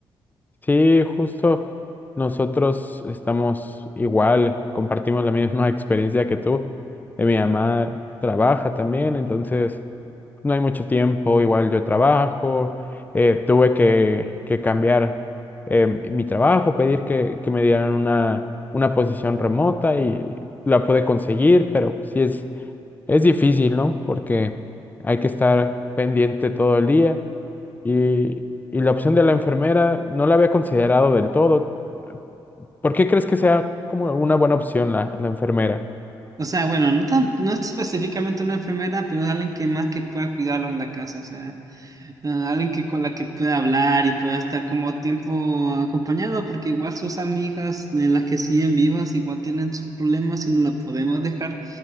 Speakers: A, on the left (about 15°); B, on the right (about 35°).
A: Sí, justo nosotros estamos igual, compartimos la misma <laughs> experiencia que tú. Eh, Mi mamá trabaja también, entonces no hay mucho tiempo, igual yo trabajo, eh, tuve que, que cambiar eh, mi trabajo, pedir que, que me dieran una, una posición remota y la pude conseguir, pero sí es, es difícil, ¿no? Porque hay que estar pendiente todo el día y, y la opción de la enfermera no la había considerado del todo. ¿Por qué crees que sea como una buena opción la, la enfermera?
B: O sea, bueno, no tan, no específicamente una enfermera, pero alguien que más que pueda cuidarlo en la casa, o sea, ah, alguien que con la que pueda hablar y pueda estar como tiempo acompañado, porque igual sus amigas de las que siguen vivas igual tienen sus problemas y no la podemos dejar